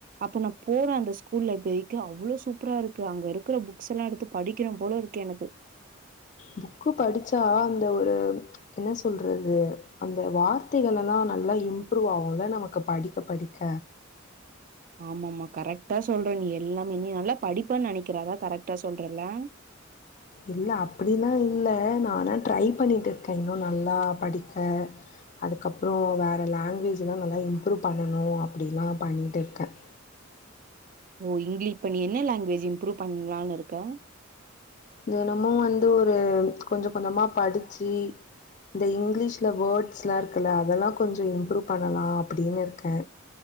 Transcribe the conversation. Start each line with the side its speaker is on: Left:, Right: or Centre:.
Right: அப்ப நான் போறேன் அந்த ஸ்கூல் லைப்ரெரிக்கு அவ்ளோ சூப்பரா இருக்கு அங்க இருக்கிற புக்ஸ்லாம் எடுத்து படிக்கனும் போல இருக்கு எனக்கு
Left: புக்கு படிச்சா அந்த ஒரு என்ன சொல்றது அந்த வார்த்தைகளெல்லாம் நல்லா இம்ப்ரூவ் ஆவும்ல நமக்கு படிக்க படிக்க
Right: ஆம ஆமா கரெக்டா சொல்ற நீ எல்லாமே நல்லா படிப்பன்னு நினைக்கிற அதா கரெக்டா சொல்றல
Left: இல்ல அப்டிலாம் இல்ல நானா ட்ரை பண்ணிட்டு இருக்கேன் இன்னும் நல்லா படிக்க அதுக்கப்புறோ வேற லாங்குவேஜ்லாம் நல்லா இம்ப்ரூவ் பண்ணணும் அப்டிலாம் பண்ணிட்டு இருக்கேன்
Right: ஓ இங்கீலீஸ் இப்ப நீ என்ன லாங்குவேஜ் இம்ப்ரூவ் பண்ணலாம்னு இருக்க
Left: தினமும் வந்து ஒரு கொஞ்ச கொஞ்சமா படிச்சு இந்த இங்கிலீஷ்ல வேர்ட்ஸ்லாம் இருக்குல்ல அதெல்லாம் கொஞ்சம் இம்ப்ரூவ் பண்ணலாம் அப்படின்னு இருக்கே